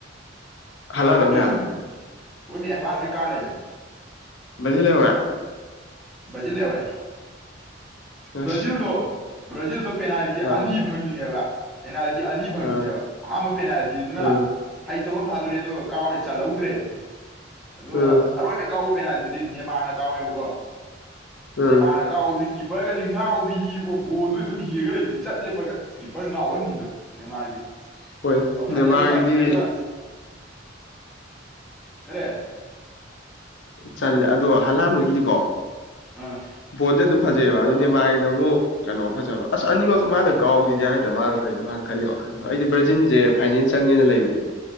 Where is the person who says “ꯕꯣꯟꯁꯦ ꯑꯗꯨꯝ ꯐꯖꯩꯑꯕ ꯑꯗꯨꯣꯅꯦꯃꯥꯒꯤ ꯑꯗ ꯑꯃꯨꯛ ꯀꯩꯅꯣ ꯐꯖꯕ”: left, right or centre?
Left